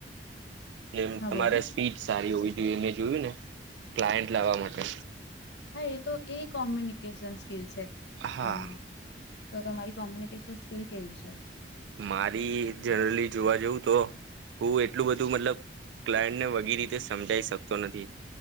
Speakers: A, on the right; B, on the left.
A: જેમ
B: હા
A: તમારે
B: બોલો
A: સ્પીડ સારી હોવી જોઈએ એ જોયું ને ક્લાયન્ટ લાવવા માટે
B: હા એ તો એ કોમ્યુનિકેશનસ. સ્કીલસ અ
A: હા
B: તો તમારી કોમ્યુનિકેશન સ્કીિલ કેવી છે.
A: મારી જનરલી જોવા જવું તો હું એટલું બધું મતલબ ક્લાયન્ટને વગી રીતે સમજાઈ શકતો નથી